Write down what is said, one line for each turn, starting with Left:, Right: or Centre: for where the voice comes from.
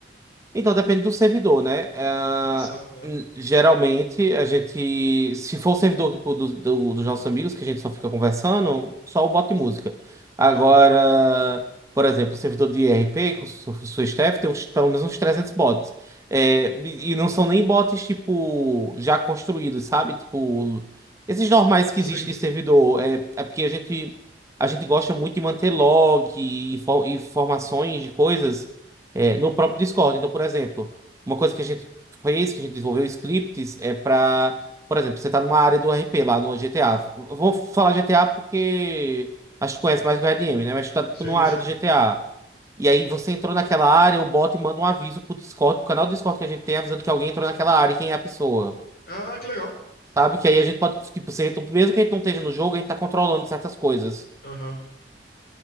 Right: Então, depende do servidor, né? Ah,
Left: interação, né?
Right: n- geralmente, a gente, se for o servidor tipo, do, do- dos nossos amigos, que a gente só fica conversando, só o bot de música. Agora,
Left: Aham.
Right: por exemplo, o servidor de IRP, com su- sua staff, tem uns- pelo menos uns 300 bots. É, e e não são nem bots, tipo, já construídos, sabe? Tipo, esses normais
Left: Como
Right: que
Left: assim?
Right: existem de servidor. É, é porque a gente, a gente gosta muito de manter log, info- informações de coisas é, no próprio Discord. Então, por exemplo, uma coisa que a gente fez, que a gente desenvolveu scripts, é para, por exemplo, você está numa área do RP lá no GTA. Eu Vou falar GTA porque acho que conhece mais que o RDM, né? Mas está
Left: Sim,
Right: numa área
Left: sim.
Right: do GTA. E aí você entrou naquela área, o bot manda um aviso pro Discord, pro canal do Discord que a gente tem, avisando que alguém entrou naquela área e quem é a pessoa.
Left: Ah, que legal.
Right: Sabe? Que aí a gente pode, tipo, ser, mesmo que a gente não esteja no jogo, a gente tá controlando certas coisas.
Left: Aham.